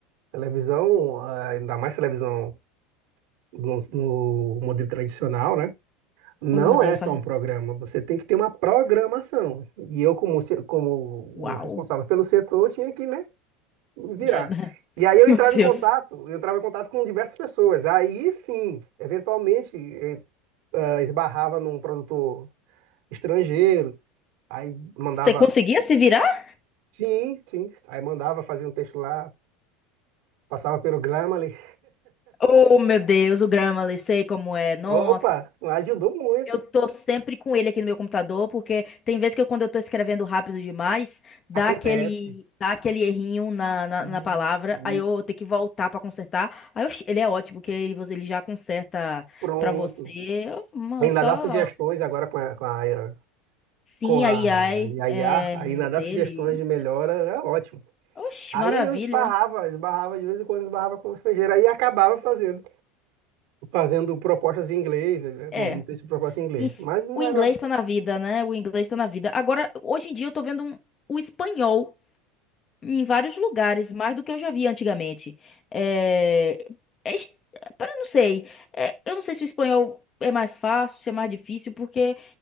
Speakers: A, on the right; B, on the left.
A: televisão, ah, ainda mais televisão no, no modelo tradicional, né? Não
B: Oh, meu Deus,
A: é só
B: faz...
A: um programa, você tem que ter uma programação. E eu, como, se- como
B: Uau.
A: o responsável pelo setor, tinha que, né, virar.
B: É, <laughs>
A: E aí eu
B: meu
A: entrava
B: Deus.
A: em contato, eu entrava em contato com diversas pessoas. Aí sim, eventualmente eh, ah, esbarrava num produtor estrangeiro, aí mandava,
B: Você conseguia se virar?
A: sim, sim, aí mandava fazer um texto lá, passava pelo Grammarly.
B: Oh, meu Deus, o Grammarly, sei como é. Nossa,
A: Opa, ajudou muito.
B: eu tô sempre com ele aqui no meu computador, porque tem vezes que eu, quando eu tô escrevendo rápido demais, dá
A: Acontece.
B: aquele, dá aquele errinho na, na,
A: E-
B: na palavra,
A: e
B: aí eu tenho que voltar pra consertar. Aí eu ele é ótimo, porque ele, você- ele já conserta
A: Pronto.
B: pra você. uma-
A: Ainda
B: só
A: dá sugestões agora com a, com a,
B: sim,
A: com a,
B: a AI
A: IA,
B: é,
A: ainda dá
B: dele.
A: sugestões de melhora, é ótimo.
B: Oxe,
A: Aí
B: maravilha.
A: eu esbarrava, esbarrava de vez em quando, esbarrava com um estrangeiro. Aí acabava fazendo, fazendo propostas em inglês, eh,
B: É.
A: mandando texto de proposta em inglês.
B: Enf-
A: Mas não
B: O inglês
A: era.
B: tá na vida, né? O inglês tá na vida. Agora, hoje em dia, eu tô vendo um- o espanhol em vários lugares, mais do que eu já vi antigamente. É... é es- Pera, eu não sei. É, Eu não sei se o espanhol é mais fácil, se é mais difícil, porque